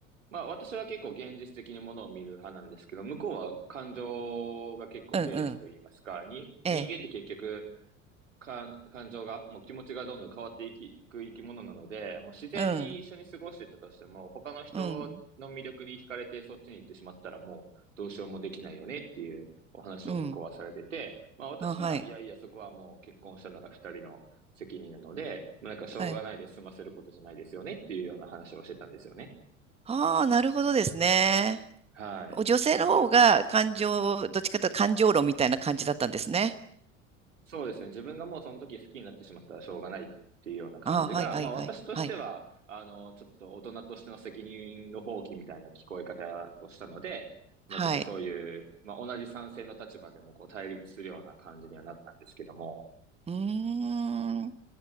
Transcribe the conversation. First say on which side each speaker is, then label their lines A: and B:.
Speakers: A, on the right; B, on the right.
A: まあ私は結構現実的にものを見る派なんですけど、向こうは感情が結構ベースといいますか、
B: うんうん。
A: に、
B: ええ。
A: 人間って結局、か、感情が、もう気持ちがどんどん変わっていく生き物なので、もう自然に一緒に過ごしてたとしても、
B: うん。
A: 他の人の魅力に惹かれてそっちに行ってしまったらもうどうしようもできないよねっていうお話を向こうはされてて、
B: うん。うん。
A: まあ私はいやいやそこはもう結婚したなら二人の責任なので、
B: あ、はい。
A: まあなんかしょうがないで済ませることじゃないですよねっていうような話をしてたんですよね。
B: はいああ、なるほどですね。
A: はい。
B: お女性の方が感情、どっちかというと感情論みたいな感じだったんですね。
A: そうですね。自分がもうその時好きになってしまったらしょうがないっていうような感じが、
B: ああ、はいはいはい。
A: まあ私としては、
B: はい。
A: あの、ちょっと大人としての責任の放棄みたいな聞こえ方をしたので、まあちょっとそういう、
B: はい。
A: まあ同じ賛成の立場でもこう対立するような感じにはなったんですけども。
B: うーん。